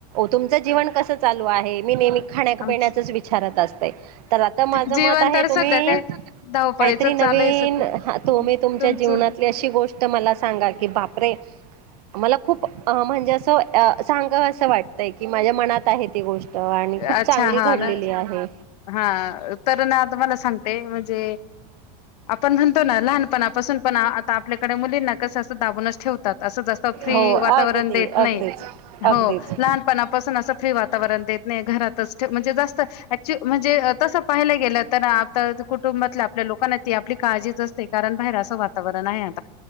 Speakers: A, on the right; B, on the left.
A: तुमचं जीवन कसं चालू आहे, मी ने खाण्या-
B: आमचं
A: पिण्याचचं विचारतं असतायं तर आता माझं
B: जीवन
A: मत आहे
B: तर
A: तुम्ही?
B: सध्या काय धावपळीच
A: काहीतरी
B: चालू
A: नवीन
B: आहे सध्या.
A: तुम्ही तुमच्या,
B: तुमचं
A: जीवनातली अशी गोष्ट मला सांगा की बापरे! मला खूप अ म्हणजे, असं सांगावस वाटतंय की माझ्या मनात आहे ती गोष्ट आणि खूप
B: अच्छा!
A: चांगली
B: हा
A: घडलेली
B: न
A: आहे
B: हा तर ना आ तम्हाला सांगते म्हणजे आपण म्हणतो, ना लहानपणा पासून पण आता आपल्याकडे मुलींना कसं असं दाबूनच ठेवतात. असं जास्त फ्री
A: हो अगदी
B: वातावरण देत
A: अगदीच
B: नाही,
A: अगदीच
B: हो लहानपणा पासून असं फ्री वातावरण देत नाही घरातच ठेव म्हणजे जास्त ची म्हणजे तसं पाहायला गेलं, तर आता कुटुंबातल्या आपल्या लोकांना ती आपली काळजीच असते, कारण बाहेर असं वातावरण आहे आता